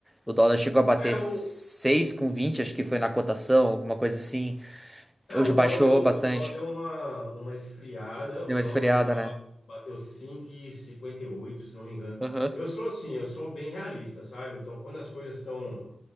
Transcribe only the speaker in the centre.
O dólar chegou a bater
seis com vinte, acho que foi na cotação, alguma coisa assim.
Hoje
baixou
bastante.
Deu
uma
esfriada,
né?
Aham.